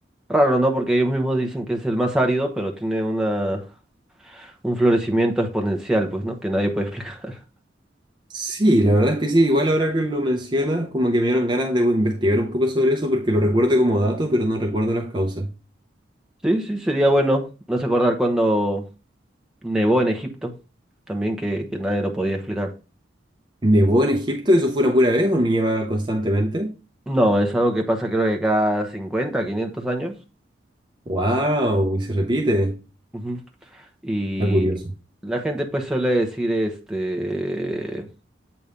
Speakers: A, in the centre; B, on the right.
A: Raro, ¿no? Porque ellos mismos dicen que es el más árido, pero tiene una, un florecimiento exponencial, pues, ¿no? Que nadie puede explicar. <laughs>
B: Sí, la verdad es que sí, igual ahora que lo mencionas, como que me dieron ganas de investigar un poco sobre eso porque lo recuerdo como dato, pero no recuerdo las causas.
A: Sí, sí, sería bueno. No sé acordar cuando nevó en Egipto, también que, que nadie lo podía explicar.
B: ¿Nevó en Egipto? ¿Eso fue una pura vez o nieva constantemente?
A: No, es algo que pasa creo que cada 50, 500 años.
B: ¡Wow! Y se repite.
A: Ujú. Y
B: Está curioso.
A: la gente pues suele decir, este,